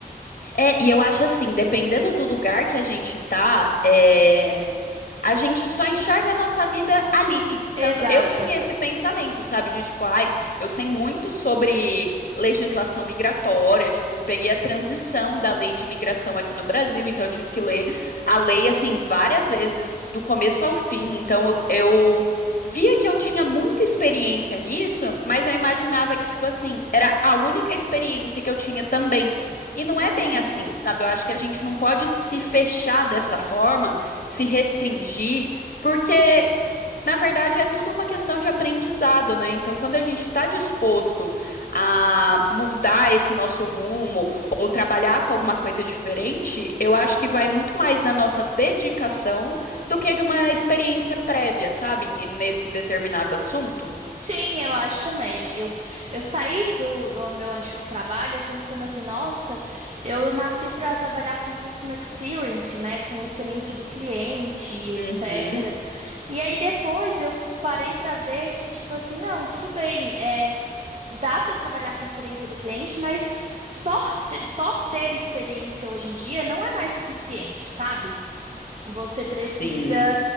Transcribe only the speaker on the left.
É, e eu acho assim, dependendo do lugar que a gente tá, eh, a gente só enxerga a nossa vida ali.
Tanto eu tinha esse pensamento, sabe? De tipo, ai, eu sei muito sobre legislação migratória, tipo, peguei a transição da lei de migração aqui no Brasil, então eu tive que ler a lei, assim, várias vezes, do começo ao fim. Então eu eu via que eu tinha muita experiência nisso, mas eu imaginava que, tipo assim, era a única experiência que eu tinha também. E não
é bem assim, sabe? Eu acho que a gente não pode se fechar dessa forma se restringir, porque na verdade é tudo uma questão de aprendizado, né? Então, quando a gente está disposto a mudar esse nosso rumo ou trabalhar com alguma coisa diferente, eu acho que vai muito mais da nossa dedicação do que de uma experiência prévia, sabe? E Nesse determinado assunto.
Uhum,
sim.